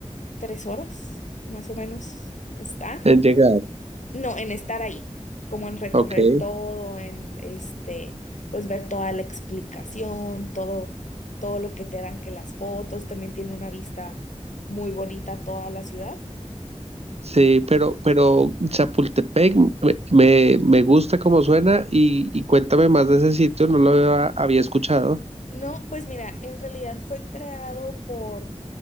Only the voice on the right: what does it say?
llegar.
Ok.
Sí, pero, pero Chapultepec me, me, me gusta como suena y, y cuéntame más de ese sitio, no lo había, había escuchado.